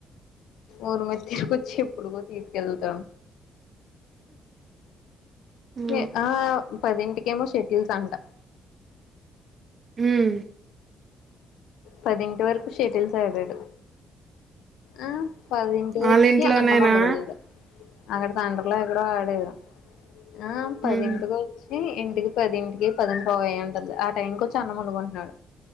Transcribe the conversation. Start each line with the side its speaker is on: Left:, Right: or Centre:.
Left: ఊర్మితి చ్చి ఎప్పుడుకో తీ కెళ్త
Right: హ్మ్.
Left: ఏ ఆ పదింటికేమో షెటిల్స్ అంట
Right: హ్మ్.
Left: పదింటి వరకు షటిల్స్ ఆడాడు ఆ పదింటికి
Right: ఆళ్ళింట్లోనేనా?
Left: వచ్చి అన్నం వండుకున్నాడు అక్కడ సెండర్లో ఎక్కడో వాడేదు ఆ పదింటికి
Right: హుహు.
Left: వచ్ ఈ ఇంటికి పదింటికి పద <unintelligible> ఆ టైం కొచ్చి అన్నం వండుకుంటున్నాడు